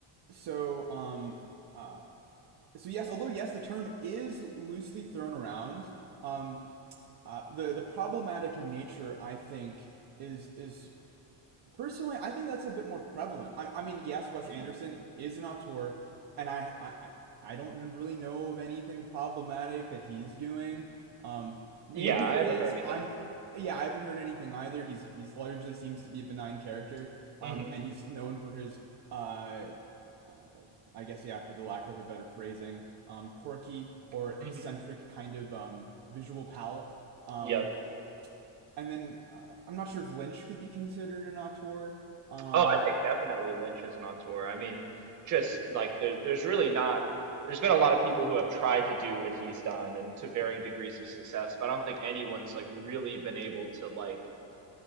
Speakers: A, on the right; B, on the right.
A: so um, uh, so yes, although yes, the term is loosely thrown around. Um, uh, the the problematic nature I think is is personally, I think that's a bit more prevalent. I, I mean, yes, Wes
B: hmm
A: Anderson is an auteur, and I, I, I- don't really know of anything problematic that he's doing. Um, maybe
B: Yeah, I
A: there
B: haven't
A: is.
B: heard anything.
A: I'm, yeah, I haven't heard anything either. He's he's largely seems to be a benign character. Um,
B: hmm
A: and he's known for his, uh, uh, I guess yeah, for the lack of a better phrasing, um, quirky or eccentric
B: hmm
A: kind of um, visual palette. Um,
B: Yep.
A: and then uh, I'm not sure if Lynch could be considered an auteur. Um,
B: Oh, I think definitely Lynch is an auteur. I mean, just like there, there's really not. There's been a lot of people who have tried to do what he's done and to varying degrees of success, but I don't think anyone's like really been able to like